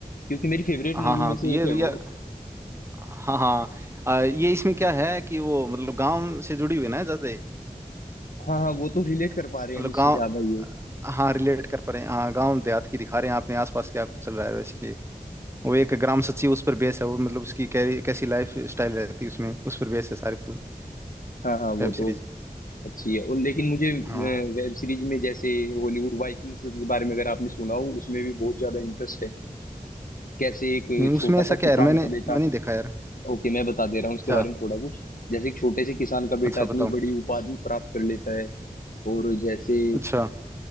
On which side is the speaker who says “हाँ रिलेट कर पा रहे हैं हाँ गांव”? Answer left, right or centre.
Right